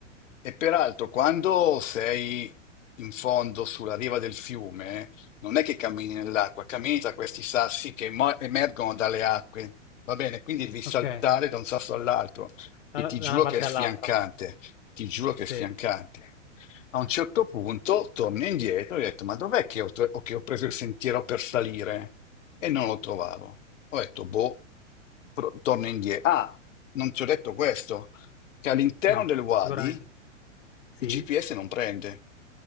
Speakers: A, on the left; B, on the left.
A: e peraltro, quando sei in fondo sulla riva del fiume, non è che cammini nell'acqua, cammini tra questi sassi che mo- emergono dalle acque, va bene? Quindi devi saltare
B: Ok,
A: da un sasso all'altro e
B: da
A: ti
B: da
A: giuro
B: una parte
A: che è sfiancante,
B: all'altra.
A: ti giuro che
B: Sì,
A: è sfiancante. A un certo punto torno indietro e ho detto, ma dov'è che ho, tro- che ho preso il sentiero per salire? E non lo trovavo. Ho detto, boh, pro- torno indietro. Ah, non ti ho detto questo che all'interno
B: no,
A: del Wadi
B: sicuramente. Sì,
A: il GPS non prende,